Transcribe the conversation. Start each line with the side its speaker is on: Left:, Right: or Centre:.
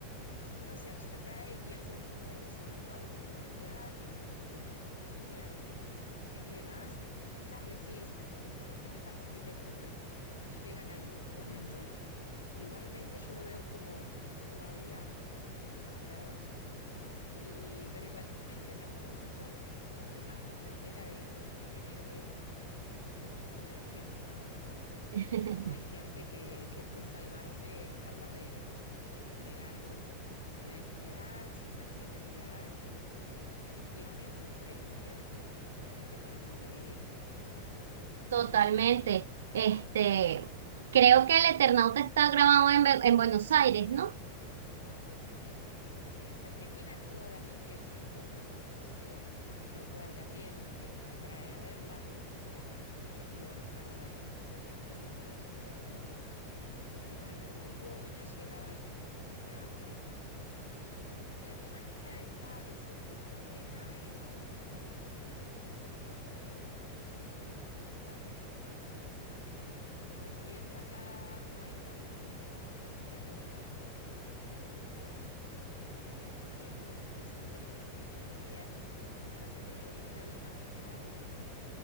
Left: si uno se abstrae y piensa en cómo hemos avanzado como humanidad y en cuanto a tecnología e información y demás, quizás decís, capaz que no estamos muy lejos de esto, capaz que llega en algún momento esto, pero igualmente yo lo veo como todavía muy exagerado y, pero igualmente me gustó mucho y lo que más me interpela de, de este género es, bueno, cómo reacciona la gente, ¿no? Cómo,
Right: <laughs>
Left: cómo hay gente que, que por salvarse es capaz de, de entregar su identidad, su nacionalidad, eh, sus religiones, sus creencias, solamente para sobrevivir.
Right: totalmente. Este, creo que el Eternauta está grabado en, Be- en Buenos Aires, ¿no?
Left: Sí, sí, es Argentina, actúa Darín, que es un actor muy conocido, lo cual también te atrae a verla, porque acá es muy querido Ricardo Darín, él y el hijo, el chino Darín. Así que bueno, como que tuvo buena llegada, yo creo más que nada por eso. Y, y la temática está, eso está buena, esa es, es el fin del mundo, pero eh, está como bien tratada, no hay tanto, tanta cosa, viste, de ciencia ficción. Así que sí, puede, puede ser que esté, que esté muy bien, pero ya te digo, yo la vi más que nada porque,